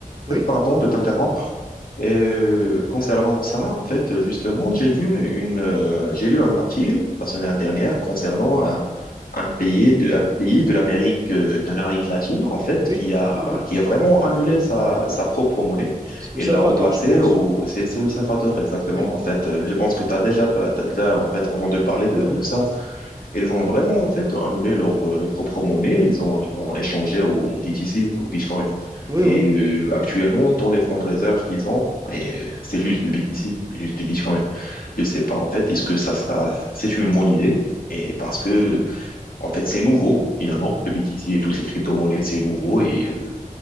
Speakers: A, on the right (about 25°); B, on the left (about 85°).
A: oui,
B: pardon de t'interrompre. Et euh, concernant ça, en fait, justement, j'ai vu une, euh, j'ai lu un article la semaine dernière concernant un, un pays de, un pays de l'Amérique, euh, de l'Amérique latine, en fait,
A: oui,
B: qui a,
A: oui, oui.
B: qui a vraiment annulé sa, sa propre monnaie
A: C'est le
B: et
A: Salvador,
B: l'a remplacée
A: je pense.
B: au, c'est, c'est le Salvador, exactement,
A: Oui,
B: en fait. Euh, Je pense que tu as déjà, t'as déjà, en fait, entendu parler de,
A: oui, oui,
B: de ça. Ils ont vraiment en fait annulé leur, euh, leur propre monnaie, ils ont, ils l'ont échangé au BTC, au Bitcoin.
A: oui,
B: Et
A: oui.
B: euh, actuellement, dans les fonds de réserve qu'ils ont, et, euh, c'est juste du BTC, juste du Bitcoin. Je sais pas en fait, est-ce que ça sera, c'est une bonne idée? Et parce que en fait, c'est nouveau finalement, le BTC et toutes les crypto-monnaies, c'est nouveau et, euh,